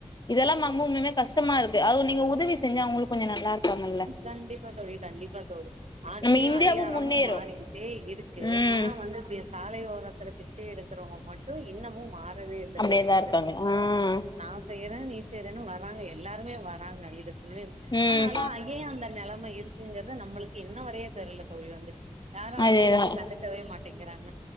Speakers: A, on the left; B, on the right.
A: இதெல்லாம் நம்ம ஒன்னும் கஷ்டமா இருக்கு அது நீங்க உதவி செஞ்சா அவுங்களுக்கு கொஞ்சம் நல்லா இருப்பாங்கல்ல
B: கண்டிப்பா தோழி கண்டிப்பா தோழி ஆட்சியும்
A: நம்ம இந்தியாவு
B: அதிகாரமும்
A: முன்னேறு
B: மாறிக்கிட்டே இருக்கு
A: ம்
B: ஆனா வந்து பே சாலை ஓரத்து பிச்சை எடுக்குறவங்க மட்டும் இன்னமும் மாறவே இல்ல
A: அப்டியேதா
B: தோழி வந்து
A: இருக்காங்க ம்
B: நா செய்றேன் நீ செய்றேன்னு வர்றங்க எல்லாருமே வராங்க இது ம்
A: ம்
B: ஆனாலும் அ இங்கேயும் அந்த நிலைமை இருக்குங்கத நம்மளுக்கு இன்ன வரைய தெரியல தோழி வந்து யாரும்
A: அதேதா
B: அதையும் வந்து கண்டிக்கவே மாட் திங்கறாங்க